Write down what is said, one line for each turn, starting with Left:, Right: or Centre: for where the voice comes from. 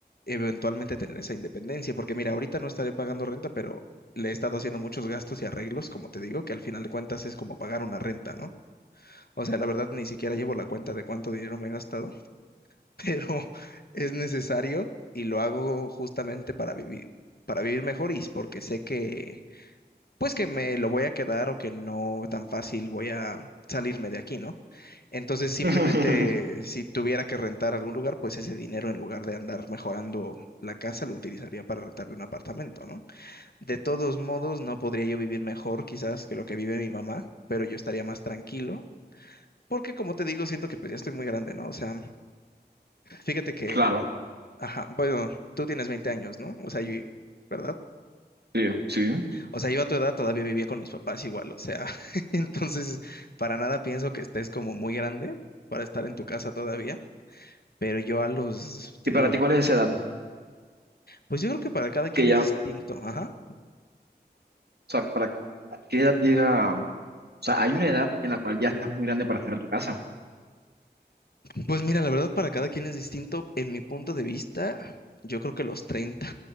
Left: eventualmente tener esa independencia, porque mira, ahorita no estaré pagando renta, pero le he estado haciendo muchos gastos y arreglos, como te digo, que al final de cuentas es como pagar una renta, ¿no? O sea, la verdad ni siquiera llevo la cuenta de cuánto dinero me he gastado, <laughs> pero es necesario y lo hago justamente para vivir, para vivir mejor y es porque sé que pues que me lo voy a quedar o que no tan fácil voy a salirme de aquí, ¿no? Entonces, simplemente
Right: <laughs>
Left: si tuviera que rentar algún lugar, pues ese dinero en lugar de andar mejorando la casa lo utilizaría para rentarme un apartamento, ¿no? De todos modos, no podría yo vivir mejor quizás que lo que vive mi mamá, pero yo estaría más tranquilo. Porque como te digo, siento que pues ya estoy muy grande, ¿no? O sea, fíjate que,
Right: Claro,
Left: ajá, bueno, tú tienes 20 años, ¿no? O sea, yo, ¿verdad?
Right: sí, sí.
Left: O sea, yo a tu edad todavía vivía con mis papás igual, o sea, <laughs> entonces para nada pienso que estés como muy grande para estar en tu casa todavía, pero yo a los, te
Right: ¿Y para
Left: digo,
Right: ti
Left: poco-
Right: cuál es esa edad?
Left: pues yo creo que para cada quien
Right: Que ya,
Left: es distinto,
Right: o
Left: ajá.
Right: sea, ¿para qué edad llega? O sea, hay una edad en la cual ya estás muy grande para estar en tu casa.
Left: Pues mira, la verdad para cada quien es distinto, en mi punto de vista, yo creo que los 30